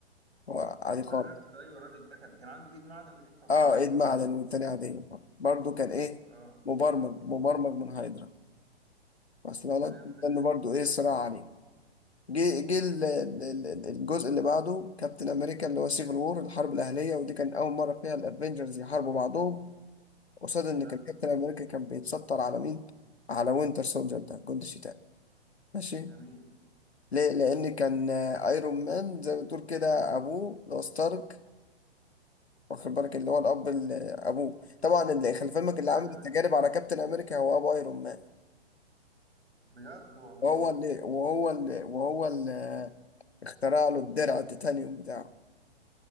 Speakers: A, on the left; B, on the right.
A: هو عادي خالص
B: عرفت ايوه الراجل ده كان كان عنده ايد معدن وايد طبيعيه
A: اه ايد معدن والتاني عادية برضه كان ايه
B: اه
A: مبرمج مبرمج من هايدرا بس لا لا
B: فهمتك
A: كان
B: ايوه
A: برضه ايه صراع عليه جه جه ال- ال- ال- ال- الجزء اللي بعده كابتن امريكا اللي هو سيفل وور الحرب الاهليه ودي كان اول مره فيها الافنجرز يحاربوا بعضهم قصاد ان
B: حلو
A: كان كابتن امريكا كان بيتستر على مين على وينتر سولجر ده جندي الشتاء ماشي
B: جميل
A: ليه لان كان آه، ايرون مان زي ما تقول كده ابوه اللي هو ستارك واخد بالك اللي هو الاب اللي ابوه طبعا اللي خلي فهمك اللي عامل
B: ايوه
A: التجارب
B: ايوه
A: على كابتن امريكا هو ابو ايرون مان
B: بجد والله
A: وهو اللي وهو اللي وهو اللي آه، اخترع له الدرع التيتانيوم بتاعه